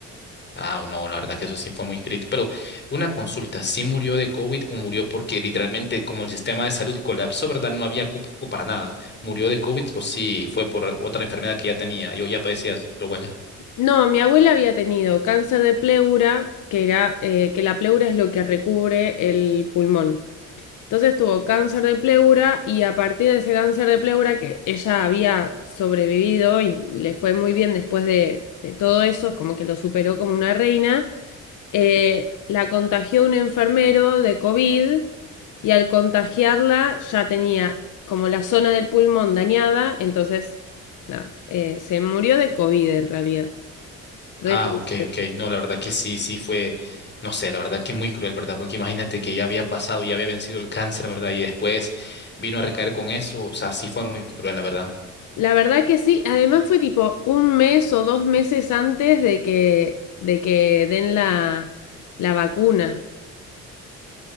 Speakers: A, on the left; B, on the left.
A: Ah, no, la verdad que eso sí fue muy crítico, pero una consulta, ¿sí murió de COVID o murió porque literalmente como el sistema de salud colapsó, ¿verdad? No había cupo para nada. ¿Murió de COVID o sí fue por otra enfermedad que ya tenía? Yo ya padecía, tu abuela.
B: No, mi abuela había tenido cáncer de pleura, que era eh, que la pleura es lo que recubre el pulmón. Entonces tuvo cáncer de pleura y a partir de ese cáncer de pleura que ella había sobrevivido y le fue muy bien después de, de todo eso, como que lo superó como una reina, eh, la contagió un enfermero de COVID y al contagiarla ya tenía como la zona del pulmón dañada, entonces nada, eh, se murió de COVID en realidad. Re
A: Ah,
B: triste.
A: ok, ok. No, la verdad que sí, sí fue, no sé, la verdad que muy cruel, ¿verdad? Porque imagínate que ya había pasado, ya había vencido el cáncer, ¿verdad? Y después vino a recaer con eso, o sea, sí fue muy cruel, la verdad.
B: La verdad que sí, además fue tipo un mes o dos meses antes de que, de que den la, la vacuna.